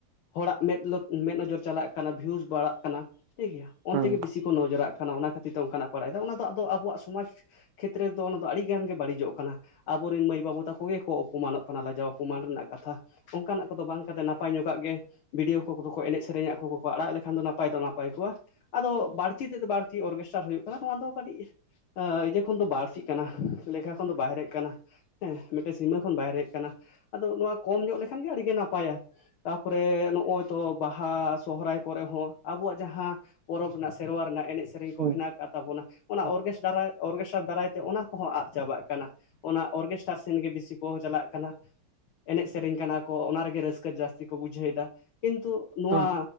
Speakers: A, on the left; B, on the right.
A: ᱦᱚᱲᱟᱜ ᱢᱮᱫ ᱢᱮᱫ ᱱᱚᱡᱚᱨ ᱪᱟᱞᱟᱜ ᱚᱱᱟ ᱵᱷᱤᱣᱩᱥ ᱵᱟᱲᱟᱜ ᱠᱟᱱᱟ ᱴᱷᱤᱠ ᱜᱮᱭᱟ ᱚᱱᱛᱮ
B: ᱦᱩᱸ
A: ᱜᱮ ᱵᱤᱥᱤ ᱠᱚ ᱱᱚᱡᱚᱨᱟᱜ ᱠᱟᱱᱟ ᱠᱟᱱᱟ ᱚᱱᱟ ᱠᱷᱟᱹᱛᱤᱨ ᱛᱮ ᱚᱱᱠᱟᱱᱟᱜ ᱠᱚ ᱟᱲᱟᱜ ᱮᱫᱟ ᱚᱱᱟ ᱫᱚ ᱟᱫᱚ ᱟᱵᱚᱣᱟᱜ ᱥᱚᱢᱟᱡᱽ ᱠᱷᱮᱛᱨᱮ ᱫᱚ ᱚᱱᱟ ᱫᱚ ᱟᱹᱰᱤ ᱜᱟᱱ ᱜᱮ ᱵᱟᱹᱲᱤᱡᱚᱜ ᱠᱟᱱᱟ ᱟᱵᱚᱨᱮᱱ ᱢᱟᱹᱭ ᱵᱟᱹᱵᱩ ᱛᱟᱠᱚ ᱜᱮᱠᱚ ᱚᱯᱚᱢᱟᱱᱚᱜ ᱠᱟᱱᱟ ᱞᱟᱡᱟᱣ ᱚᱯᱚᱢᱟᱱ ᱨᱮᱱᱟᱜ ᱠᱟᱛᱷᱟ ᱚᱱᱠᱟᱱᱟᱜ ᱠᱚᱫᱚ ᱵᱟᱝ ᱠᱟᱛᱮ ᱱᱟᱯᱟᱭ ᱧᱚᱜᱟᱜ ᱜᱮ ᱵᱷᱤᱰᱤᱭᱳ ᱠᱚᱫᱚ ᱠᱚ ᱮᱱᱮᱡ ᱥᱮᱨᱮᱧ ᱟᱠᱚ ᱠᱚᱠᱚ ᱟᱲᱟᱜ ᱞᱮᱠᱷᱟᱱ ᱫᱚ ᱱᱟᱯᱟᱭ ᱫᱚ ᱱᱟᱯᱟᱭ ᱠᱚᱜᱼᱟ ᱟᱫᱚ ᱵᱟᱹᱲᱛᱤ ᱛᱮᱫᱚ ᱵᱟᱲ ᱛᱤ ᱚᱨᱜᱮᱥᱴᱟᱨ ᱦᱩᱭᱩᱜ ᱠᱟᱱᱟ ᱱᱚᱣᱟ ᱫᱚ ᱠᱟᱹᱴᱤᱡ ᱤᱡᱟᱹ ᱠᱷᱚᱱ ᱫᱚ ᱵᱟᱹᱲᱛᱤᱜ ᱠᱟᱱᱟ ᱞᱮᱠᱷᱟ ᱠᱷᱚᱱ ᱫᱚ ᱵᱟᱦᱮᱨᱮᱜ ᱠᱟᱱᱟ ᱦᱮᱸ ᱢᱤᱫ ᱴᱮᱱ ᱥᱤᱢᱟᱹ ᱠᱷᱚᱱ ᱵᱟᱦᱮᱨᱮᱜ ᱠᱟᱱᱟ ᱟᱫᱚ ᱱᱚᱣᱟ ᱠᱚᱢ ᱧᱚᱜ ᱞᱮᱠᱷᱟᱱ ᱜᱮ ᱟᱹᱰᱤ ᱜᱮ ᱱᱟᱯᱟᱭᱟ ᱛᱟᱯᱚᱨᱮ ᱱᱚᱜᱼᱚᱭ ᱛᱚ ᱵᱟᱦᱟ ᱥᱚᱦᱚᱨᱟᱭ ᱠᱚᱨᱮ ᱦᱚᱸ ᱟᱵᱚᱣᱟᱜ ᱡᱟᱦᱟᱸ ᱯᱚᱨᱚᱵᱽ ᱨᱮᱱᱟᱜ ᱥᱮᱨᱣᱟ ᱨᱮᱱᱟᱜ ᱮᱱᱮᱡ ᱥᱮᱨᱮᱧ ᱠᱚ
B: ᱦᱩᱸ
A: ᱦᱮᱱᱟᱜ ᱠᱟᱜ ᱛᱟᱵᱚᱱᱟ ᱚᱱᱟ
B: ᱦᱩᱸ
A: ᱚᱨᱠᱮᱥᱴ ᱚᱨᱜᱮᱥᱴᱟᱨ ᱫᱟᱨᱟᱭ ᱛᱮ ᱚᱱᱟ ᱠᱚᱦᱚᱸ ᱟᱫ ᱪᱟᱵᱟᱜ ᱠᱟᱱᱟ ᱚᱱᱟ ᱚᱨᱜᱮᱥᱴᱟᱨ ᱥᱮᱱ ᱜᱮ ᱵᱤᱥᱤ ᱠᱚ ᱪᱟᱞᱟᱜ ᱠᱟᱱᱟ ᱮᱱᱮᱡ ᱥᱮᱨᱮᱧ ᱠᱟᱱᱟ ᱠᱚ ᱚᱱᱟ ᱨᱮᱜᱮ ᱨᱟᱹᱥᱠᱟᱹ ᱡᱟᱹᱥᱛᱤ ᱠᱚ ᱵᱩᱡᱷᱟᱹᱣ ᱮᱫᱟ ᱠᱤᱱᱛᱩ ᱱᱚᱣᱟ
B: ᱦᱩᱸ